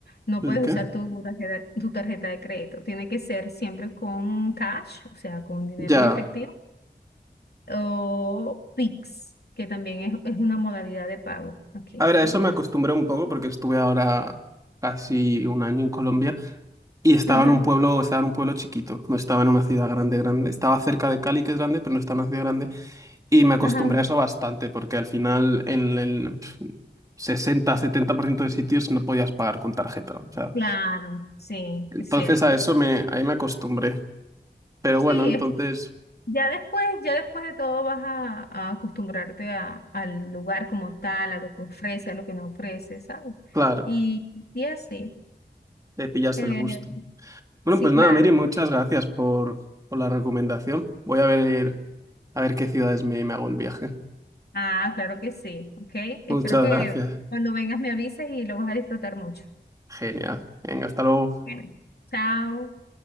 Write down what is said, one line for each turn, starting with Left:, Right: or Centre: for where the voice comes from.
Left: No
Right: ¿El
Left: puedes
Right: qué?
Left: usar tu tarjeta, tu tarjeta de crédito. Tiene que ser siempre con cash, o sea, con dinero
Right: Ya.
Left: en efectivo o Pix, que también es, es una modalidad de pago aquí
Right: A ver, a
Left: en
Right: eso me
Left: Brasil.
Right: acostumbré un poco porque estuve ahora casi un año en Colombia. Y estaba
Left: Ajá,
Right: en un pueblo, estaba en un pueblo chiquito, no estaba en una ciudad grande, grande. Estaba cerca de Cali, que es grande, pero no estaba en una ciudad grande. Y me acostumbré
Left: ajá,
Right: a eso bastante, porque al final en el sesenta setenta por ciento de sitios no podías pagar con tarjeta. O sea,
Left: claro, sí,
Right: entonces
Left: es cierto.
Right: a eso me, ahí me acostumbré. Pero
Left: Sí,
Right: bueno, entonces,
Left: es- ya después, ya después de todo vas a, a acostumbrarte a- al lugar como tal, a lo que ofrece, a lo que no ofrece, ¿sabes?
Right: claro,
Left: Y, y así.
Right: le pillas
Left: Eh,
Right: el gusto. Bueno,
Left: sí,
Right: pues
Left: claro.
Right: nada, Mary, muchas gracias por, por la recomendación. Voy a ver, a ver qué ciudades me, me hago el viaje.
Left: Ah, claro que sí, ¿ok? Espero
Right: Muchas
Left: que
Right: gracias.
Left: cuando vengas me avises y lo vas a disfrutar mucho.
Right: Genial. Venga, hasta luego.
Left: Bueno, chao.